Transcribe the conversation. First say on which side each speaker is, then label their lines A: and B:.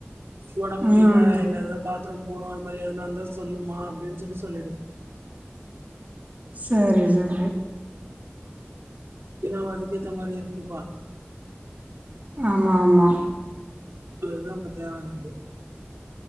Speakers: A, on the right; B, on the right.
A: ஓட முடில
B: ம்
A: இல்லதா பாத்ரூம் போணு அது மாறி எதுனா இருந்தா சொல்லுமா அப்டின்னு சொல்லி சொல்லிடு
B: சரி சரி
A: ஏனா அதுக்கேத்த மாரி இருந்துப்பா
B: ஆம ஆமா
A: இல்ல இதா பிரச்சனையா என்னன்டு